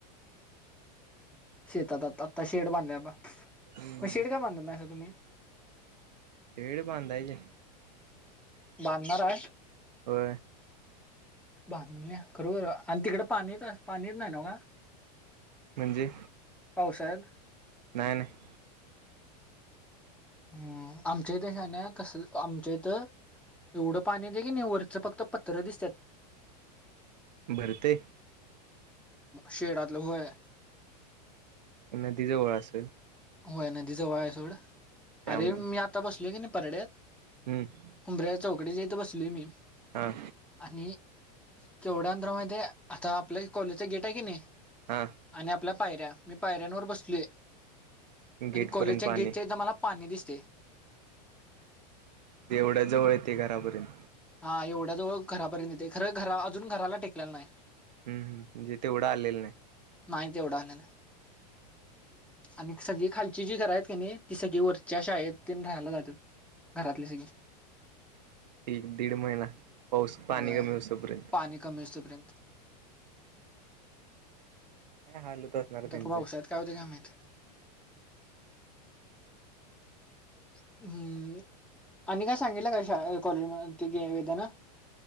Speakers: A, in the centre; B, on the right.
A: शेतातता आता शेड बांधला बा
B: हम्म
A: मग शेड काय बांधत नाहीर तुम्ही.
B: शेड बांधायची आहे
A: बांधणार आहे
B: हो.
A: <unintelligible> खरोखर आणि तिकडे पाणीच पाणीच नाही न व्ह
B: म्हणजे
A: पावसाळ्यात
B: नाही नाही
A: हम्म आमच्या इथ हायना कस आमच्या इथ एवढं पाणी येते की नाही वरचं फक्त पत्र दिसतात.
B: भरते
A: शेडातल होय
B: नदीजवळ असेल
A: होय नदी जवळ आहे सोड,
B: त्यामुळे
A: अरे मी आता बसलो आहे की नाही परड्यात
B: हम्म.
A: उंबऱ्या चौकडेच्या इथं बसलोय मी
B: हा.
A: आणि केवढ्यांत <unintelligible> माहितीय आता आपल्या कॉलेजचा गेट आहे की नाही
B: हा
A: आणि आपल्या पायऱ्या मी पायऱ्यांवर बसलोय. आणि
B: गेट
A: कोलेजच्या
B: पर्यंत पाणी
A: गेटच्या इथे मला पाणी दिसते.
B: ते एवढ्या जवळ येते घरापर्यंत
A: हा एवढ्याजवळ घरापर्यंत येते खरं घरा अजून घराला टेकलेला नाही.
B: हम्म म्हणजे तेवढं आलेलं नाही.
A: नाही तेवढं आलेलं आणि सगळी खालची जी घरं आहेत का नाही ती सगळी वरची शाळेत राहायला जातात घरातली सग
B: एक दीड महिना पाऊस पाणी
A: होय
B: कमी असोपर्यंत
A: पाणी कमी असोपर्यंत
B: लय हालत असणार
A: आता
B: त्यांचे
A: पावसात काय होते काय माहित हम्म आणि काय सांगितलं काय शाळा कॉलेज <unintelligible>